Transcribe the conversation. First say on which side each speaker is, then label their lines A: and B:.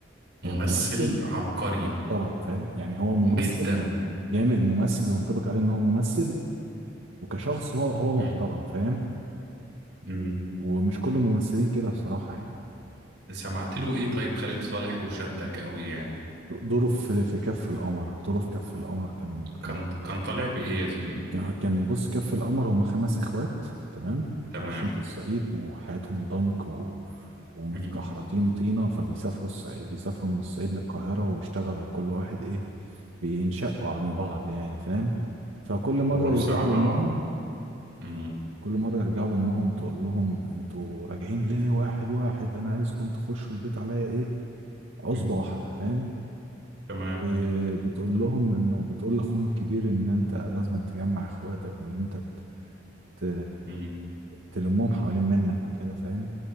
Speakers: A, on the right; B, on the right.
A: ممثل
B: يعني ممثل
A: عبقري
B: محترم فاهم يعني هو ممثل
A: جدا
B: جامد ممثل وينطبق عليه ان هو ممثل وكشخص هو هو
A: مم.
B: محترم فاهم
A: مم.
B: ومش كل الممثلين كده بصراحة يعني
A: سمعت له ايه طيب خالد صالح وشدك قوي يعني
B: دوره في في كف القمر دوره في كف القمر كان كان
A: كان كان طالع بايه يا زميلي
B: كان كان بص كف القمر هم خمس اخوات تمام
A: تمام
B: عايشين في الصعيد وحياتهم ضنك ومتكحرطين
A: مم.
B: طينة فبيسافروا الصعيد بيسافروا من الصعيد للقاهرة ويشتغلوا وكل واحد ايه بينشقوا عن بعض يعني فاهم فكل مرة
A: هو
B: يرجعوا
A: بصراحة
B: لأمهم
A: مم.
B: كل مرة يرجعوا لأمهم تقول لهم انتوا راجعين ليه واحد واحد انا عايزكم تخشوا البيت عليا ايه عصبة
A: مم.
B: واحدة فاهم
A: تمام
B: وبتقول لهم انه بتقول لاخوهم الكبير ان انت لازم تجمع اخواتك وان انت ت-
A: مم.
B: تلمهم حوالين منك وكده فاهم